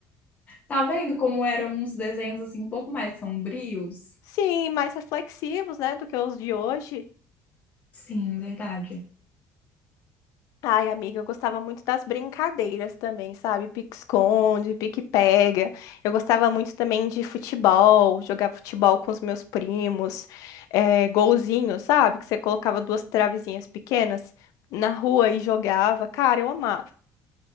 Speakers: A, on the left; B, on the left.
A: Tá vendo como eram uns desenhos assim um pouco mais sombrios?
B: Sim, mais reflexivos, né, do que os de hoje.
A: Sim, verdade.
B: Ai, amiga, eu gostava muito das brincadeiras também, sabe? Pique-esconde, pique-pega. Eu gostava muito também de futebol, jogar futebol com os meus primos, eh, golzinho, sabe? Que você colocava duas travezinhas pequenas na rua e jogava. Cara, eu amava.